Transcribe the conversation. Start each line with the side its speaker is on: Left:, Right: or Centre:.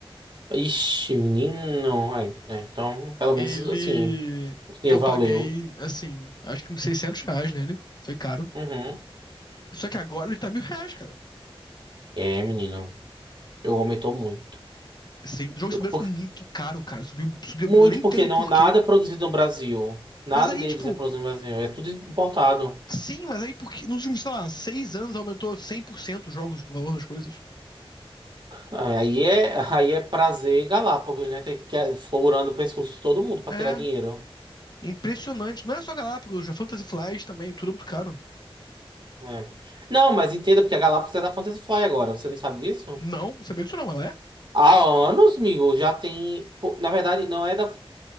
Right: Ixi, menino. Ai, é, então, pelo
Left: Ele.
Right: menos assim, o dinheiro
Left: Eu
Right: valeu.
Left: paguei, assim, acho que uns 600 reais nele. Foi caro.
Right: Uhum.
Left: Só que agora ele tá mil reais, cara.
Right: É, menino. Eu aumentou muito.
Left: Sim, o jogo de tabuleiro
Right: Por-
Left: ficou muito caro, cara. Subiu, subiu,
Right: muito
Left: eu nem entendo
Right: porque não,
Left: por
Right: nada
Left: quê.
Right: é produzido no Brasil. Nada
Left: Mas aí,
Right: deles
Left: tipo,
Right: é produzido no Brasil. É tudo importado.
Left: sim, mas aí porque nos últimos, sei lá, seis anos aumentou 100% os jogos, tipo, o valor das coisas.
Right: Ah, Aí é, <laughs> aí é prazer em Galápagos, né? Tem que- é Furando o pescoço de todo mundo pra
Left: É,
Right: tirar dinheiro.
Left: impressionante. Não é só Galápagos, a Fantasy flight também, tudo é muito caro.
Right: É. Não, mas entenda, porque a Galápagos é da Fantasy Fly agora. Você não sabe disso?
Left: Não, não sabia disso não, ela é?
Right: Há anos, amigo, já tem. pô, na verdade, não é da.